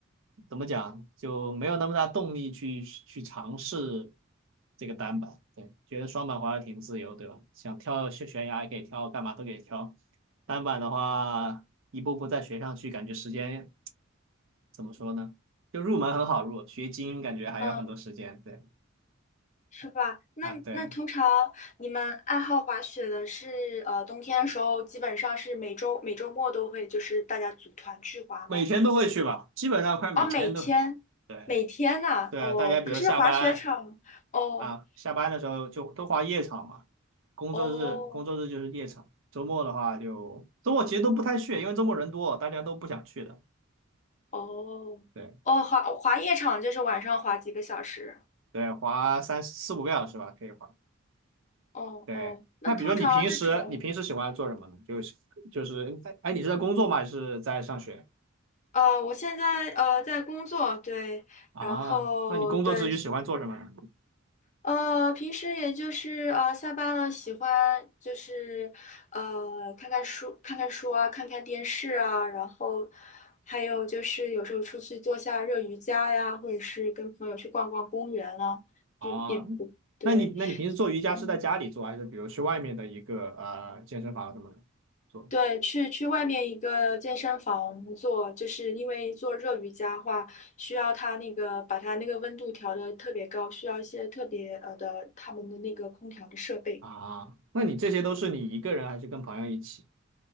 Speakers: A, on the right (about 70°); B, on the left (about 35°).
A: 怎么讲就没有那么大动力去去尝试这个单板。对，觉得双板滑的挺自由，对吧？想跳悬悬崖也可以跳，干嘛都可以跳。单板的话，
B: 哦，
A: 一步步再学上去，感觉时间怎么说呢？就入门很好入，学精英感觉还要很多时间。
B: 嗯，
A: 对，
B: 是吧？那那通常你们爱好滑雪的是呃冬天的时候，
A: 啊，对。
B: 基本上是每周每周末都会就是大家组团去滑吗？
A: 每天都会去吧，基本上快每天都
B: 哦，每天每天呐、
A: 对对啊大家比如下班
B: 哦，可是滑雪场哦。
A: 啊，下班的时候就都划夜场嘛，工作日工作日就是夜场，
B: 哦
A: 周末的话就周末其实都不太去，因为周末人多，大家都不想去的。
B: 哦哦，
A: 对
B: 滑滑夜场就是晚上滑几个小时。
A: 对，划三四五个小时吧，可以划。
B: 哦哦，
A: 对，
B: 那通常这种，
A: 那比如说你平时你平时喜欢做什么呢？
B: 嗯，
A: 就是就是哎哎，你是在工作吗？还是在上学
B: 呃，我现在呃在工作，对，
A: 啊？
B: 然后对，
A: 那你工作之余喜欢做什么呢？
B: 呃，平时也就是呃下班了，喜欢就是呃看看书，看看书啊，看看电视啊，然后还有就是有时候出去做下热瑜伽呀，或者是跟朋友去逛逛公园啊，
A: 啊，
B: 就也不对。
A: 那你那你平时做瑜伽是在家里做，
B: 嗯
A: 还是比如去外面的一个呃健身房什么的做？
B: 对，去去外面一个健身房做，就是因为做热瑜伽的话，需要它那个把它那个温度调的特别高，需要一些特别呃的他们的那个空调的设备。
A: 啊，那你这些都是你一个人还是跟朋友一起？